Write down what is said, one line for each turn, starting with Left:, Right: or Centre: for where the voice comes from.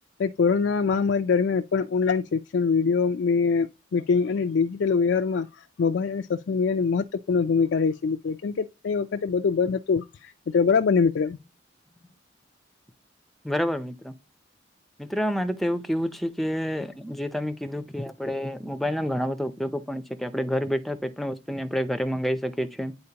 Left: એ કોરોના મહામારી દરમિયાન પણ ઓનલાઈન શિક્ષણ વિડીયો અને મિટિંગ અને ડિજિટલ વ્યવહારમાં મોબાઈલ અને સોશિયલ મિડીયાની મહત્વપૂર્ણ ભૂમિકા રહી છે કેમ કે તે વખતે બધુ બંધ હતું. મિત્ર બરાબર ને મિત્ર?
Centre: હમ <unintelligible> બરાબર મિત્ર, મિત્ર મારે તો એવું કેવું છે કે જે તમે કીધું કે આપણે મોબાઈલ ના ઘણા બધા ઉપયોગો પણ છે કે આપણે ઘર બેઠા કોઈ પણ વસ્તુ આપણે ઘરે મંગાવી શકીએ છીએ